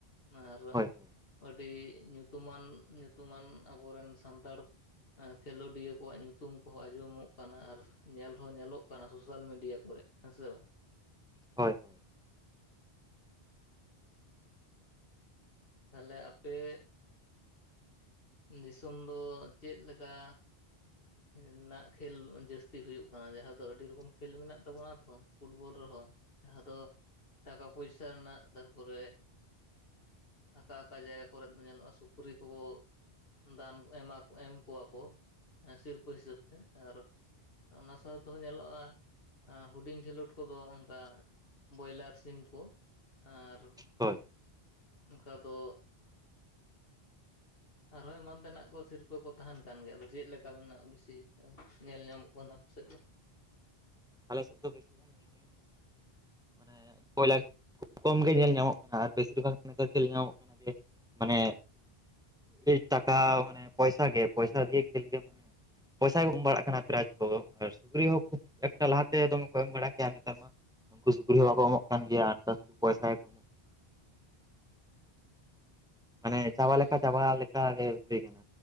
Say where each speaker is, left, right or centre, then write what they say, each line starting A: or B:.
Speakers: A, on the left; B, in the centre.
A: ᱟᱨ
B: ᱦᱳᱭ ᱦᱳᱭ
A: ᱟᱹᱰᱤ ᱧᱩᱛᱩᱢᱟᱱ ᱧᱩᱛᱩᱢᱟᱱ ᱟᱵᱚᱨᱮᱱ ᱥᱟᱱᱛᱟᱲ ᱠᱷᱮᱞᱳᱰᱤᱭᱟᱹ ᱠᱚᱣᱟᱜ ᱧᱩᱛᱩᱢ ᱠᱚᱦᱚᱸ ᱟᱸᱡᱚᱢᱚᱜ ᱠᱟᱱᱟ ᱟᱨ ᱧᱮᱞ ᱦᱚᱸ ᱧᱮᱞᱚᱜ ᱠᱟᱱᱟ ᱥᱳᱥᱟᱞ ᱢᱤᱰᱤᱭᱟ ᱠᱚᱨᱮ ᱦᱮᱸ ᱥᱮ ᱵᱟᱝ?
B: ᱦᱚᱭ ᱦᱚᱭ
A: ᱛᱟᱦᱚᱞᱮ ᱟᱯᱮ ᱫᱤᱥᱚᱢ ᱫᱚ ᱪᱮᱫ ᱞᱮᱠᱟ ᱨᱮᱱᱟᱜ ᱠᱷᱮᱞ ᱡᱟᱹᱥᱛᱤ ᱦᱩᱭᱩᱜᱳ ᱠᱟᱱᱟ ᱡᱟᱦᱟᱸ ᱫᱚ ᱟᱹᱰᱤ ᱨᱚᱠᱚᱢ ᱠᱷᱮᱞ ᱢᱮᱱᱟᱜ ᱛᱟᱵᱚᱱᱟ ᱛᱚ ᱯᱷᱩᱴᱵᱚᱞ ᱨᱮᱦᱚᱸ ᱡᱟᱦᱟᱸ ᱫᱚ ᱴᱟᱠᱟ ᱯᱚᱭᱥᱟ ᱨᱮᱱᱟᱜ ᱛᱟᱨᱯᱚᱨᱮ ᱚᱠᱟ ᱚᱠᱟ ᱡᱟᱭᱜᱟ ᱠᱚᱨᱮᱫ ᱵᱚᱱ ᱧᱮᱞᱚᱜᱼᱟ ᱥᱩᱠᱨᱤ ᱠᱚᱵᱚ ᱫᱟᱱ ᱮᱢᱟ ᱮᱢ ᱠᱚᱣᱟ ᱠᱚ ᱥᱤᱨᱯᱟᱹ ᱦᱤᱥᱟᱹᱵ ᱛᱮ ᱟᱨ ᱚᱱᱟ ᱥᱟᱶ ᱛᱮᱦᱚᱸ ᱧᱮᱞᱚᱜᱼᱟ ᱦᱩᱰᱤᱧ ᱠᱷᱮᱞᱚᱰ ᱠᱚᱫᱚ ᱚᱱᱠᱟ ᱵᱚᱭᱞᱟᱨ ᱥᱤᱢ ᱠᱚ ᱟᱨ
B: ᱦᱚᱭ
A: ᱚᱱᱠᱟ ᱫᱚ ᱟᱨᱦᱚᱸ ᱮᱢᱟᱱ ᱛᱮᱱᱟᱜ ᱠᱚ ᱥᱤᱨᱯᱟᱹ ᱠᱚ ᱛᱟᱦᱮᱱ ᱠᱟᱱ ᱜᱮᱭᱟ᱾ ᱟᱫᱚ ᱪᱮᱫ ᱞᱮᱠᱟ ᱢᱮᱱᱟᱜ ᱵᱤᱥᱤ ᱧᱮᱞ ᱧᱟᱢᱚᱜ ᱠᱟᱱᱟ ᱟᱯᱮ ᱥᱮᱫ ᱫᱚ
B: ᱟᱞᱮ ᱥᱮᱫᱚ ᱵᱤᱨ ᱫᱤᱥᱚᱢ <inaudible> ᱢᱟᱱᱮ ᱵᱚᱭᱞᱟᱨ᱾ ᱠᱚᱢ ᱜᱮ ᱧᱮᱞ ᱧᱟᱢᱚᱜ ᱠᱟᱱᱟ᱾ ᱟᱨ ᱵᱮᱥᱤᱨ ᱵᱷᱟᱜᱽ ᱱᱮᱛᱟᱨ ᱠᱷᱮᱞ ᱧᱟᱢᱚᱜ ᱠᱟᱱᱟ ᱡᱮ ᱢᱟᱱᱮ ᱵᱮᱥ ᱴᱟᱠᱟ ᱢᱟᱱᱮ ᱯᱚᱭᱥᱟ ᱜᱮ, ᱯᱚᱭᱥᱟ ᱫᱤᱭ ᱠᱷᱮᱹᱞ ᱜᱮ, ᱢᱟᱱᱮ ᱯᱚᱭᱥᱟ ᱠᱚ ᱮᱢ ᱵᱟᱲᱟᱜ ᱠᱟᱱᱟ ᱯᱨᱟᱭᱤᱡ ᱠᱚ ᱫᱚ ᱟᱨ ᱥᱩᱠᱨᱤ ᱦᱚᱸ ᱠᱷᱩᱵ ᱮᱴᱟᱜ ᱞᱟᱦᱟᱛᱮ ᱫᱚᱢᱮ ᱠᱚ ᱮᱢ ᱵᱟᱲᱟ ᱠᱮᱭᱟ᱾ ᱱᱮᱛᱟᱨ ᱢᱟ ᱩᱱᱠᱩ ᱥᱩᱠᱨᱤ ᱦᱚᱸ ᱵᱟᱠᱚ ᱮᱢᱚᱜ ᱠᱟᱱ ᱜᱮᱭᱟ᱾ ᱱᱮᱛᱟᱨ ᱥᱩᱫᱩ ᱯᱚᱭᱥᱟ ᱜᱮ ᱢᱟᱱᱮ ᱪᱟᱵᱟ
A: ᱦᱩᱸ
B: ᱞᱮᱠᱟ ᱪᱟᱵᱟ ᱞᱮᱠᱟ ᱜᱮ ᱦᱩᱭ ᱠᱟᱱᱟ